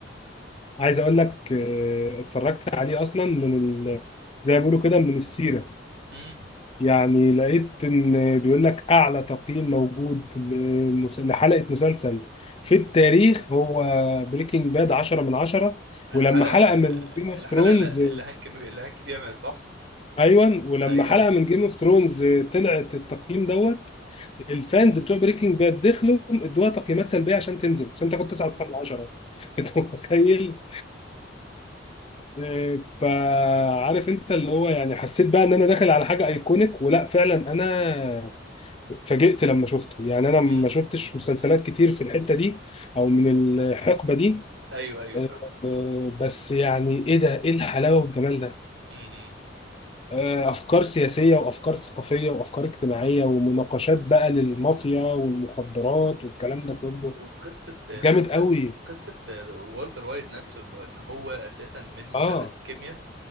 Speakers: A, on the left; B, on the right.
A: عايز اقول لك آه، اتفرجت عليه اصلا من ال... زي ما بيقولوا كده من السيره
B: امم
A: يعني لقيت ان بيقول لك اعلى تقييم موجود لمس- لحلقه مسلسل في التاريخ هو بريكنج باد 10 من 10
B: الحلقه
A: ولما حلقه من جيم اوف
B: الحلقه
A: ثرونز
B: اللي اللي هانك اللي هانك فيها صح
A: ايوه ولما
B: ايوه
A: حلقه
B: ايوه
A: من جيم اوف ثرونز طلعت التقييم دوت الفانز بتوع بريكنج باد دخلوا ادوها تقييمات سلبيه عشان تنزل عشان تاخد 9.9 من 10 <laughs> انت متخيل آه، فعارف انت اللي هو يعني حسيت بقى ان انا داخل على حاجه ايكونيك ولا فعلا انا اتفاجئت لما شفته يعني
B: <laughs>
A: انا ما
B: امم
A: شفتش مسلسلات كتير في الحته دي او من الحقبه دي
B: ايوه ايوه
A: آه،
B: فاهمك
A: آه، بس يعني ايه ده ايه الحلاوه والجمال ده
B: امم
A: آه، افكار سياسيه وافكار ثقافيه وافكار اجتماعيه ومناقشات بقى للمافيا والمخدرات والكلام ده كله
B: وقصة
A: جامد
B: قصة
A: قوي
B: قصة والتر وايت نفسه اللي هو- ان هو اساسا من مدرس
A: اه
B: كيمياء